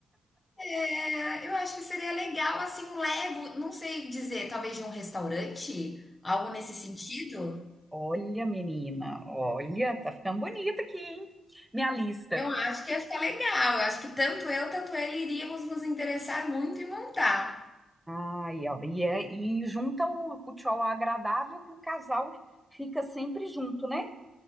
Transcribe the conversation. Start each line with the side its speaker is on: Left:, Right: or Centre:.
Left: É, eu acho que seria legal, assim, um Lego, não sei dizer, talvez de um restaurante, algo nesse sentido.
Centre: Olha, menina, olha, tá ficando bonita aqui, hein? Minha lista.
Left: Eu acho que ia ficar legal. Eu acho que tanto eu, tanto ele iríamos nos interessar muito em montar.
Centre: Ai, ó, e, é, e junta o, o tchau agradável que o casal fica sempre junto, né?